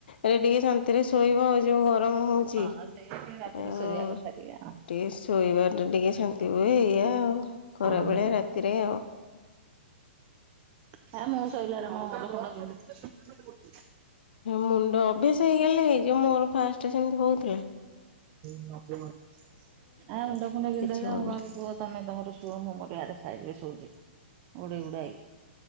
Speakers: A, on the left (about 60°); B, on the right (about 30°).
A: ରେ ଟିକେ ଶାନ୍ତିରେ ଶୋଇବ ଯୋଉ ହୋଉଛି
B: ହଁ ସେଇଆ ଟିକେ ରାତିରେ
A: ଆ
B: ଶୋଇବା
A: ଟିକେ
B: କଥା ଆଉ।
A: ଶୋଇବା ଟା ଟିକେ ଅଛନ୍ତି ବୋଲି ଏଇଆ ଆଉ ଖରା
B: ହୁଁ
A: ବେଳେ ରାତିରେ ଆଉ।
B: ହେ ମୁଁ <inaudible> ଶୋଇଲାରୁ ମୋ ମୁଣ୍ଡ ଫୁଣ୍ଡ ବିନ୍ଧୁଚି।
A: ମୁଣ୍ଡ ଅଭ୍ୟାସ ହେଇଗଲେ ହେଇଯିବ ମୋର ଫାଷ୍ଟ ସେମିତି ହୋଉଥିଲା
B: <inaudible> ମୁଣ୍ଡ ଫୁଣ୍ଡ ପିନ୍ଧା
A: କିଛି
B: କାହାକୁିବ
A: ହଉନି
B: ତମେ ତମ ଶୁଅ ମୁଁ ମୋର ୟାଡେ ସାଇଟରେ ଶୋଉଚି ଘୋଡେଇ ଘୁଡ଼ା ହେଇକି